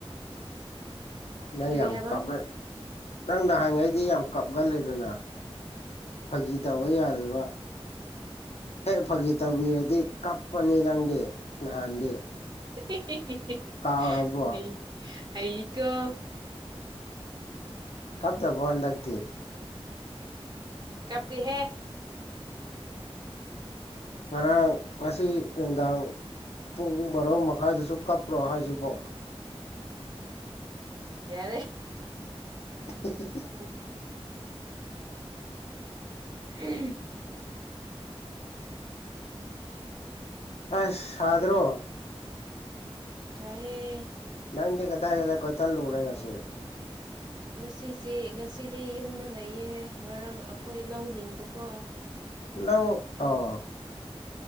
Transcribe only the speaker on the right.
ꯀꯔꯤ
ꯍꯥꯏꯕ
<unintelligible>
ꯍꯩ ꯍꯩꯀꯣ
ꯀꯞꯄꯤꯍꯦ
ꯌꯥꯔꯦ
<unintelligible>
ꯆꯥꯏꯌꯦ
ꯉꯁꯤꯁꯤ ꯉꯁꯤꯗꯤ ꯌꯨꯝꯗ ꯂꯩꯌꯦ ꯉꯔꯥꯡ ꯑꯩꯈꯣꯏ ꯂꯧ ꯂꯤꯡꯕꯀꯣ